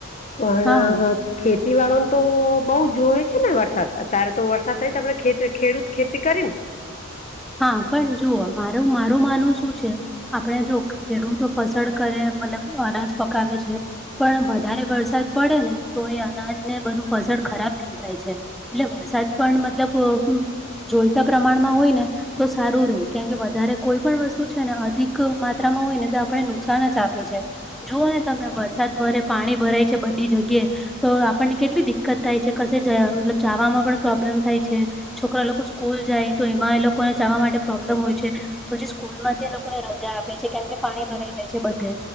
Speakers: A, on the left; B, in the centre.
A: પણ
B: હા
A: ખેતી વાળોને તો બહું જોવે છે, ને વરસાદ અત્યારે તો વરસાદ થાય તો આપડે ખેડૂત ખેતી કરીને.
B: હા, પણ જુઓ માર મારું માનવું શું છે. આપણે જો ખેડૂતો ફસડ કરે, મતલબ અનાજ પકાવે છે. પણ વધારે વરસાદ પડેને તો એ અનાજને બધું. ફસળ ખરાબ થઈ જાય છે, એટલે વરસાદ પણ મતલબ જોઈતા પ્રમાણમાં હોય ને તો સારું રે કેમ કે, વધારે કોઈ પણ વસ્તુ છે, ને અધિક માત્રામાં હોયને તો આપને નુકસાન જ આપે છે. જુઓને તમે વરસાદ વરે પાણી ભરાય છે, બધી જગ્યાએ તો આપણને કેટલી દિક્કત થાય છે, કશે મતલબ જવામાં પણ પ્રોબ્લેમ થાય છે. છોકરા લોકો સ્કૂલ જાય, તો એમાં એ લોકોને જવા માટે પ્રોબ્લેમ હોય છે. પછી સ્કૂલમાંથી લોકોને રજા આપે છે, કેમ કે પાણી ભરાઈ જાય છે, બધે.